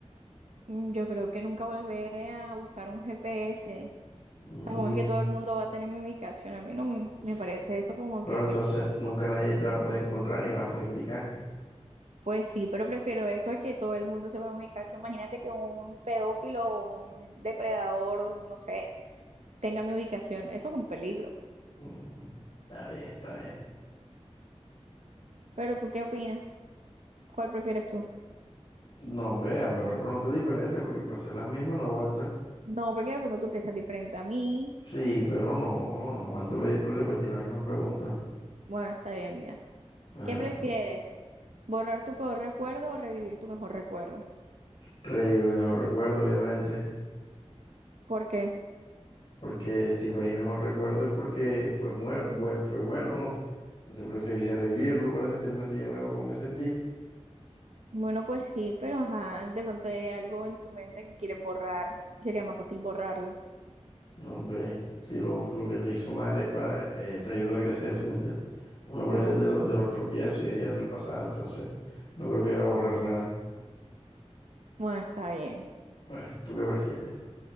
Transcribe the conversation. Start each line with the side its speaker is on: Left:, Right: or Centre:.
Right: Mm, Yo creo que nunca volveré a usar un GPS.
Left: Mm,
Right: O sea, como es que todo el mundo va a tener mi ubicación, a mí no m-
Left: pues,
Right: me parece eso como
Left: pero
Right: que muy
Left: entonces
Right: tóxico.
Left: nunca nadie te va a poder encontrar ni vas a poder indicar.
Right: Pues sí, pero prefiero eso a que todo el mundo sepa mi ubicación. Imagínate que un pedófilo o un depredador, no sé, tenga mi ubicación. Eso es un peligro.
Left: Mm, está bien, está bien.
Right: Pero ¿tú qué opinas? ¿Cuál prefieres tú?
Left: No, hombre, hazme otra pregunta diferente porque para hacer las mismas no aguanta.
Right: No, porque de pronto tú piensas diferente a mí.
Left: Sí, pero no, no aguanta pedir- repetir las mismas preguntas.
Right: Bueno, está bien, mira.
Left: Ajá.
Right: ¿Qué prefieres? ¿Borrar tu peor recuerdo o revivir tu mejor recuerdo?
Left: Revivir mi mejor recuerdo, obviamente.
Right: ¿Por qué?
Left: Porque si fue mi mejor recuerdo es porque fue, muer- bue- fue bueno, ¿no? Entonces preferiría revivirlo para sentirme así de nuevo como me sentí.
Right: Bueno, pues sí, pero ajá, de pronto hay algo en tu mente que quieres borrar. Sería más fácil borrarlo.
Left: No, hombre, si lo, lo que te hizo mal es para, eh, te ayuda a crecer, ¿sí me entiendes? Uno aprende
Right: Claro.
Left: de, lo- de los tropiezos y heridas del pasado, entonces no creo que va a borrar nada.
Right: Bueno, está bien.
Left: Bueno, ¿tú qué prefieres?